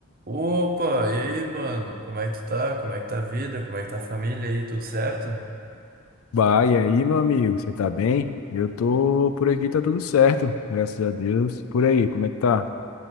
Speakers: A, on the right; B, on the left.
A: Opa, e aí, mano? Como é que tu tá? Como é que tá a vida? Como é que tá a família aí? Tudo certo?
B: Bah, e aí, meu amigo, você tá bem? Eu tô por aqui, tá tudo certo, graças a Deus. Por aí, como é que tá?